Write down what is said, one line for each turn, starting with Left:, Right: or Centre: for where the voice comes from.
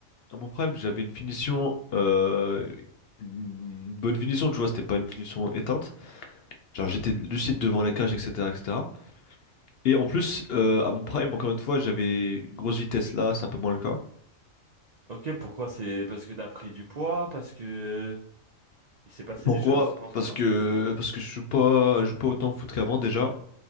Left: à mon prime j'avais une finition euh... une bonne finition de vois c'était pas une finition éteinte. Genre j'étais lucide devant les cages, etc., etc. Et cetera. Et en plus, euh, à mon prime, encore une fois, j'avais une grosse vitesse là, c'est un peu moins le cas.
Right: Ok, pourquoi c'est parce que t'as pris du poids, parce que il s'est passé
Left: Pourquoi?
Right: des choses entre-temps?
Left: Parce que parce que je joue pas, je joue pas autant au foot qu'avant déjà,